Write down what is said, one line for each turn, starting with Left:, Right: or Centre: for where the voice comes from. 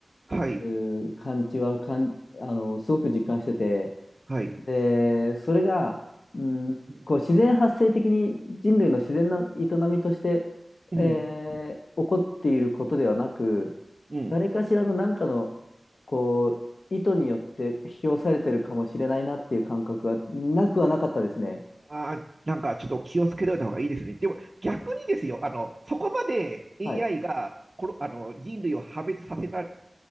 Right: はい。
Left: うー感じはかん、あの、すごく実感してて、
Right: はい。
Left: で、それが、うん、
Right: う
Left: こう自然発生的に人類の自然な営みとして、
Right: ん。
Left: えー起こっていることではなく、
Right: うん。
Left: 誰かしらの何かのこう意図によって引き寄されてるかもしれないなっていう感覚はなくはなかったですね。
Right: ああ、なんかちょっと気をつけといた方がいいですね。でも逆にですよ、あの、そこまで AI
Left: はい。
Right: がこの、あの、人類を破滅させられ